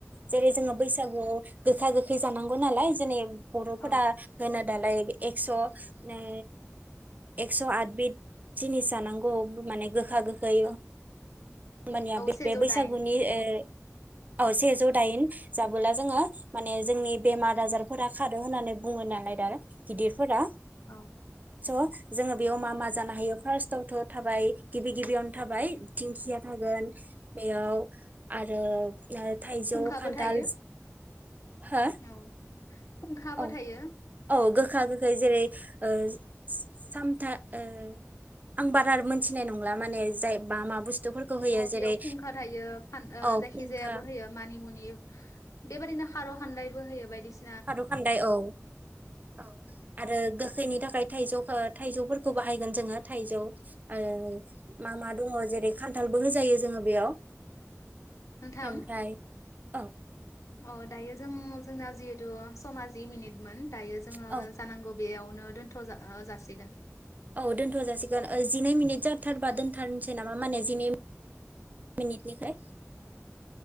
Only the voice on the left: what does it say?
औ
औ
सेजौ
दाइन
उम
औ।
फुंखाबो
थायो
औ। फुंखाबो
थायो औ
अ
बेयाव फुंखा थायो फान ओ
जायखि
जायाबो होयो। मानि मुनि बेबादिनो खार' खान्दायबो होयो बायदिसि
नोंथां।
अ दायो जों जोंना जिहेथु समा जिमिनिटमोन दायो जोङो
जानांगौ। बेयावनो दोनथ' जा ओ जासिगोन।